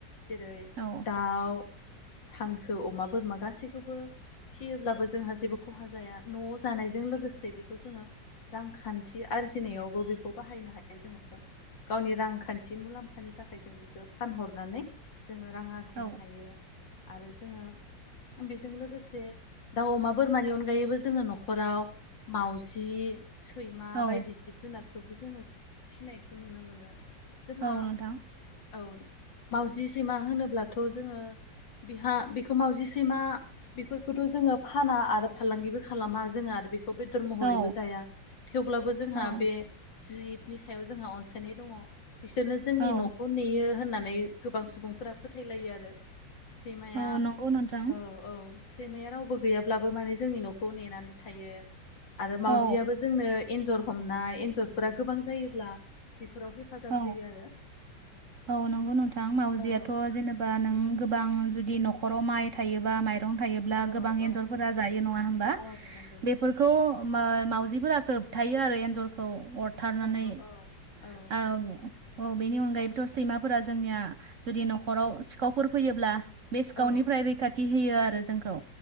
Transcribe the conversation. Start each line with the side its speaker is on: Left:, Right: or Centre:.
Left: जेरै
Right: औ
Left: दाउ हांसो अमा बोरमा गासैखौबो फियोब्लाबो जोंहा जेबो खहा जाया न'आव जानायजों लोगोसे बेखौ जोङो रांखान्थि आरजिनायावबो बेखौ बाहायनो हायो जोङो गावनि रांखान्थि मुलाम्फानि थाखाय जों बेखौ फानहरनानै जोङो रां आरजिनो
Right: औ
Left: हायो आरो जोङो बेजों लोगोसे दाउ अमा बोरमानि अनगायैबो जोङो न'खराव मावजि सैमा
Right: औ
Left: बायदि जिब जुनार बेखौबो जोङो फिनायखौ नुनो मोनो। जोंहा
Right: औ नोंथां
Left: औ मावजि सैमा होनोब्लाथ' जोङो बेहा बेखौ मावजि सैमा बेफोरखौथ' जोङो फाना आरो फालांगिबो खालामा जोङो आरो बे खौ बेदर महरैबो
Right: औ
Left: जाया थेवब्लाबो जोंहा
Right: औ
Left: बे जिबनि सायाव जोंहा अनस यनाय दङ बिसोरनो जोंनि
Right: औ
Left: न'खौ नेयो होनना नै गोबां सुबुंफोरा फोथायलायो आरो। सैमाया
Right: औ नंगौ नोंथां
Left: औ औ सैमाया रावबो गैयाब्लाबो माने जोंनि न'खौ नेनानै थायो। आरो मावजियाबो
Right: औ
Left: जोंनो एन्जर हमनाय एन्जरफोरा गोबां जायोब्ला बेफोराव हेफाजाब
Right: औ
Left: होयो
Right: <inaudible> औ नंगौ नोंथां मावउजियाथ'
Left: आरो
Right: जेनेबा नों गोब बां जुदि न'खराव माइ थायोबा माइ रं थायोब्ला
Left: औ
Right: गोबां
Left: औ
Right: एनजरफोरा जायो नङा होमबा?
Left: औ नंगौ
Right: बेफोरखौ मो मावउजिफोरासो होबथायो आरो एन्जरखौ। अरथारनानै
Left: औ औ औ
Right: आव औ बेनि अनगायैबोथ' सैमाफोरा जोंनिया जुदि न'खराव सिखावफोर फैयोब्ला बे सिखाव
Left: औ
Right: निफ्राय रैखाथि होयो आरो जोंखौ